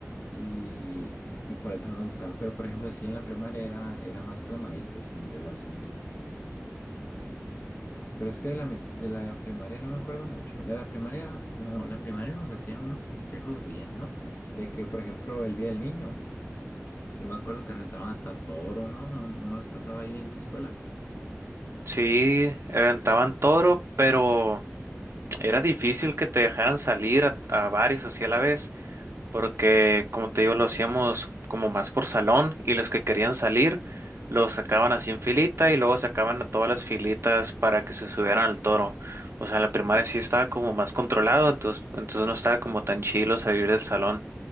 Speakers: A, on the left (about 45°); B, on the right (about 55°).
A: Y, y por eso no me gustaba. Pero por ejemplo, sí en la primaria era, era más calmadito, según yo, el asunto. Pero es que de la, mi- de la primaria no me acuerdo mucho. De la primaria, no, la primaria nos hacían unos festejos bien, ¿no? De que, por ejemplo, el Día del Niño, yo me acuerdo que rentaban hasta toro, ¿no? No, no no les pasaba ahí en tu escuela.
B: Sí, rentaban todo, pero Era difícil que te dejaran salir a, a varios así a la vez, porque como te digo, lo hacíamos como más por salón y los que querían salir los sacaban así en filita y luego sacaban a todas las filitas para que se subieran al toro. O sea, en la primaria sí estaba como más controlado, entonces, entonces no estaba como tan chilo salir del salón.